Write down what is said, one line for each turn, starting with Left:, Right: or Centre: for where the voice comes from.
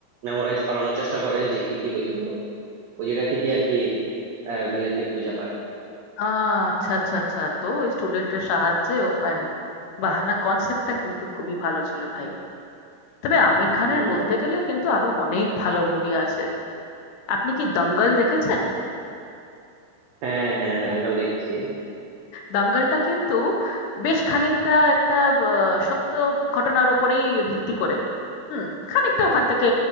Right: মেমোরাইজ করানোর চেষ্টা করে যে কি কি হয়েছিল ওই জায়গা থেকে আর কি ভিলেনকে খুঁজে পায়
Left: আহ, আচ্ছা আচ্ছা আচ্ছা তো স্টুডেন্টের সাহায্যে ও পারে বাহ না কনসেপ্টটা কিন্তু খুবই ভালো ছিল ভাই তবে আমির খানের
Right: হম
Left: বলতে গেলে কিন্তু আরো অনেক ভালো মুভি আছে আপনি কি দঙ্গল দেখেছেন
Right: হ্যাঁ হ্যাঁ দাঙ্গাল দেখেছি
Left: দাঙ্গলটা কিন্তু বেশ খানিকটা একটা আহ, সত্য ঘটনার ওপরেই ভিত্তি করে হুম খানিকটা ওখান থেকে